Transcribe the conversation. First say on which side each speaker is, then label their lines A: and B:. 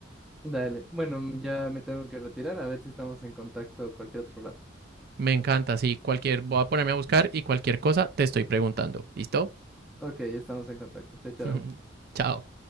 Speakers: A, in the centre; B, on the right (about 50°).
A: Dale, bueno, ya me tengo que retirar, a ver si estamos en contacto cualquier otro rato.
B: Me encanta, sí, cualquier, voy a ponerme a buscar y cualquier cosa te estoy preguntando. ¿Listo?
A: Ok, estamos en contacto. Chao,
B: <laughs>
A: chao.
B: Chao.